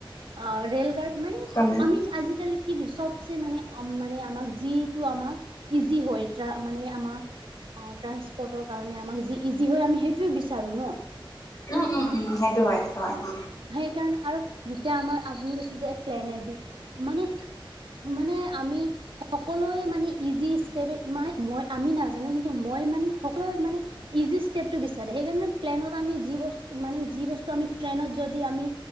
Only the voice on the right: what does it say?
অহ ৰেলগাড়ী মানে
আমি আজিকালি কি যে সবচে মানে অম মানে আমাক যিটো আমাক ইজি হয় এতিয়া মানে আমাক অহ ট্ৰাচপৰ্টৰ কাৰণে আমাক যি ইজি হয় আমি সেইটোৱে বিচাৰোঁ ন
সেইকাৰণে আৰু যেতিয়া আমাৰ আপুনি কৈছে যে প্লেনে দি মানে মানে আমি সকলোৱে মানে ইজি ষ্টেপ মাই মই আমি নাজানো কিন্তু কিন্ত মই মানে সকলোৱে মানে ইজি ষ্টেপটো বিচাৰে সেইকাৰণে প্লেনত আমি যি বস্তুতো মানে যি বস্তু আমি ট্ৰেইনত যদি আমি